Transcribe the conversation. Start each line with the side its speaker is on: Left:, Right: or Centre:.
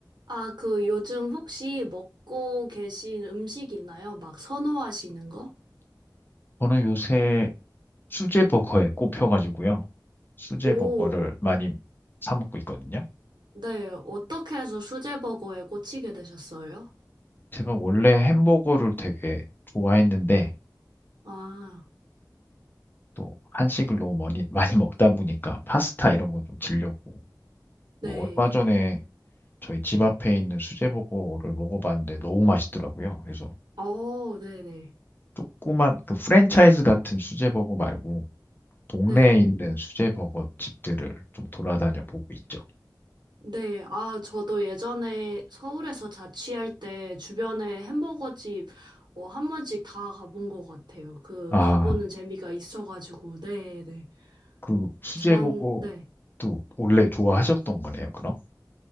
Right: 아, 그 요즘 혹시 먹고 계신 음식 있나요? 막 선호하시는 거?
Left: 저는 요새 수제버거에 꼽혀가지고요. 수제버거를
Right: 오,
Left: 많이 사 먹고 있거든요.
Right: 네. 어떻게 해서 수제버거에 꽂히게 되셨어요?
Left: 제가 원래 햄버거를 되게 좋아했는데
Right: 아,
Left: 또 한식을 너무 많이, <laughs> 많이 먹다 보니까 파스타 이런 거 좀 질렸고
Right: 네.
Left: 그 얼마 전에 저희 집 앞에 있는 수제버거를 먹어봤는데 너무 맛있더라고요. 그래서
Right: 어, 네네.
Left: 조그만 그 프랜차이즈 같은 수제버거 말고 동네에
Right: 네.
Left: 있는 수제버거 집들을 좀 돌아다녀 보고 있죠.
Right: 네. 아, 저도 예전에 서울에서 자취할 때 주변에 햄버거 집, 어, 한 번씩 다 가본 것 같아요. 그,
Left: 아,
Right: 가보는 재미가 있어가지고, 네네.
Left: 그 수제버거도
Right: 전, 네.
Left: 원래 좋아하셨던 거네요, 그럼?